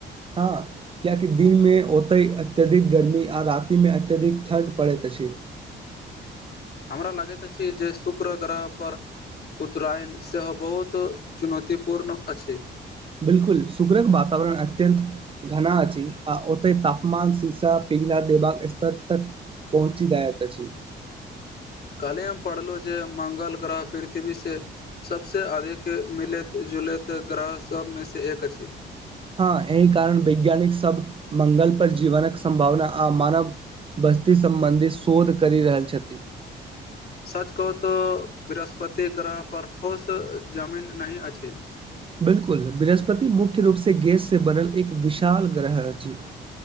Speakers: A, on the right (about 25°); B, on the left (about 55°).
A: हँ किया कि दिन मे ओतय अत्यधिक गर्मी आ राति मे अत्यधिक ठण्ड पड़ैत अछि
B: हमरा लगैत अछि जे शुक्र ग्रहपर उत्तरायण सेहो बहुत चुनौतीपूर्ण अछि
A: बिल्कुल सुग्रक वातावरण अत्यन्त घना अछि आ ओते तापमान शीशा पिघलाा देब स्तर तक पहुँची जायत अछि
B: कल्हिेमे पढ़लहुँ जे मङ्गल ग्रह पृथ्वीसँ सभसँ अधिक मिलैत जुलैत ग्रह सभमेसँ एक अछि
A: हँ एहि कारण वैज्ञानिक सब मंगल पर जीवनकक संभावना आ मानव बस्ती सम्बन्धी शोध कर रहल छथि
B: सच कहू तोऽ बृहस्पति ग्रहपर ठोस जमीन नहि अछि
A: बिलकुल बृहस्पति मुख्य रूप से गैस से बनल एक विशाल ग्रह रची